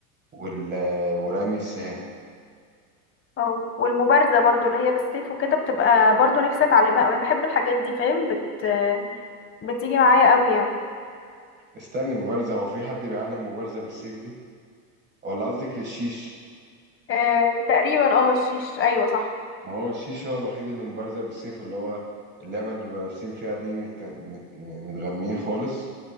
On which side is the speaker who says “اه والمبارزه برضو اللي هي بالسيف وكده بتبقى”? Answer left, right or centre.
Left